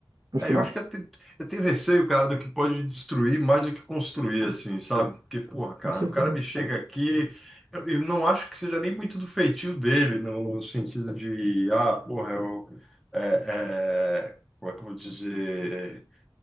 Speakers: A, on the right (about 45°); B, in the centre.
A: no
B: É,
A: final.
B: eu acho que eu, te- eu tenho receio, cara, do que pode destruir mais do que construir, assim, sabe? Porque, porra, cara,
A: Com certeza.
B: o cara me chega aqui, eu, eu não acho que seja nem muito do feitio dele, no, no sentido de, ah, porra, eu, é, é, como é que eu vou dizer?